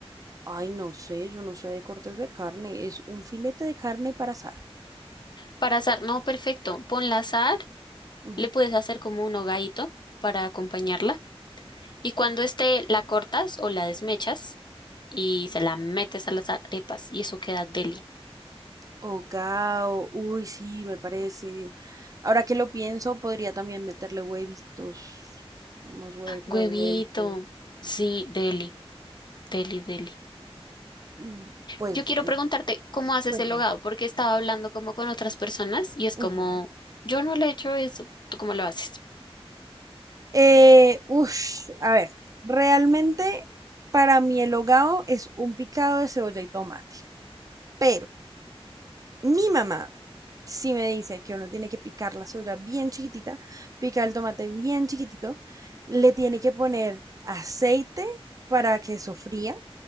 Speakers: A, on the right (about 35°); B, on the left (about 45°).
A: Ay, no sé, yo no sé de cortes de carne. Es un filete de carne para asar.
B: Para asar, no, perfecto. Ponla a asar,
A: Ujú.
B: le puedes hacer como un hogadito para acompañarla. Y cuando esté, la cortas o la desmechas y se la metes a las arepas y eso queda deli.
A: Hogao, uy, sí, me parece. Ahora que lo pienso, podría también meterle huevitos, unos huevos revueltos.
B: Huevito. Sí, deli, deli, deli.
A: Mm, Pues
B: Yo
A: bueno,
B: quiero preguntarte cómo haces
A: cuéntame.
B: el hogado, porque estaba hablando como con otras personas y es
A: Ujú.
B: como, yo no le he hecho eso, ¿tú cómo lo haces?
A: Eh, ush, a ver, realmente para mí el hogao es un picado de cebolla y tomate. Pero mi mamá sí me dice que uno tiene que picar la cebolla bien chiquitita, picar el tomate bien chiquitito, le tiene que poner aceite para que sofría